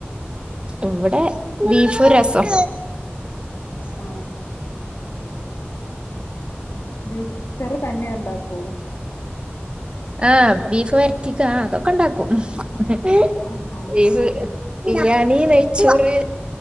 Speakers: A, on the right (about 25°); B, on the left (about 80°).
A: ഇവിടെ ബീഫും രസും
B: ആ ബീഫ്കറി തന്നെ ഉണ്ടാക്കോ
A: ആഹ് ബീഫ് വര്ട്ടിക്കാ ആഹ് അതൊക്കെണ്ടാക്കും ആഹ്
B: ഉം ഉം
A: ബീഫ്
B: ഉം
A: ബിരിയാണി നെയ്ച്ചൂറ്